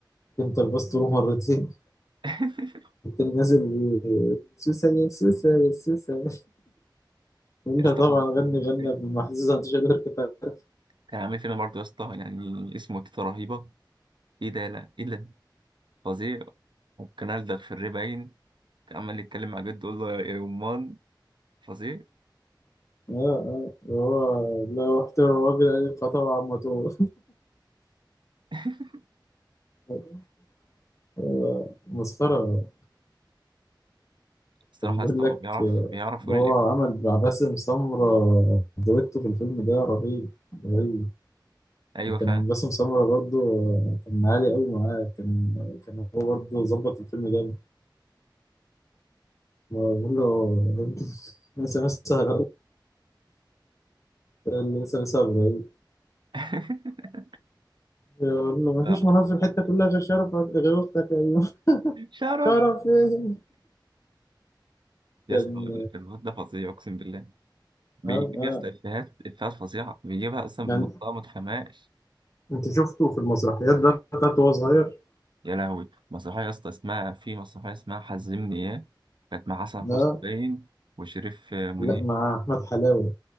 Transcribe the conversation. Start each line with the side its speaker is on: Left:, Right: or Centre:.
Left: كونتر باص طوله مرتين
Right: <laughs>
Left: التاني نازل بي- سوسة يا سوسة يا سوسة يقول
Right: يا
Left: لها
Right: اسطى
Left: طبعا
Right: برضه
Left: غني
Right: كان عامل
Left: غنى
Right: فيلم
Left: بالمحزوزة انت شايل اركب اه
Right: كان عامل فيلم برضه يا اسطى يعني اسمه تيتا رهيبة ايه ده لا ايه ده فظيع وكان ألدغ في الري باين كان عمال يتكلم مع جده يقول له يا يا يمان فظيع
Left: اه وهو لو احترم الراجل قال لي، فطبعا ما تو-
Right: <laughs>
Left: <laughs> آه، مسخرة
Right: الصراحة
Left: كان بيقول
Right: يا اسطى
Left: لك
Right: هو بيعرف
Left: آه،
Right: بيعرف يقول
Left: إن هو
Right: الإب
Left: عمل مع باسم سمرة دويتو في الفيلم ده رهيب رهيب
Right: أيوة فعلا
Left: كان باسم سمرة برضه آه، كان عالي قوي معاه كان كان هو برضه ظبط الفيلم ده بقول له <laughs> مثلا لسه لسه لسه ابراهيم
Right: <laughs>
Left: بقول له ما
Right: لا
Left: فيش مناطق في الحته
Right: عظيم.
Left: كلها غير شرف غير اختك ايوه <laughs>
Right: شرف
Left: شرف ايه
Right: يا
Left: كان
Right: اسطى الواد ده فظيع أقسم بالله بيجيب
Left: اه اه
Right: يا اسطى إفيهات إفيهات فظيعة بيجيبها أصلا
Left: يعني
Right: من منطقة ما تفهمهاش
Left: انت شفته في المسرحيات ده بتاعته وهو صغير؟
Right: يا لهوي مسرحية يا اسطى اسمها في مسرحية اسمها حزمني اياه كانت مع حسن
Left: لا
Right: حسني باين وشريف آه، منير
Left: لا مع أحمد حلاوة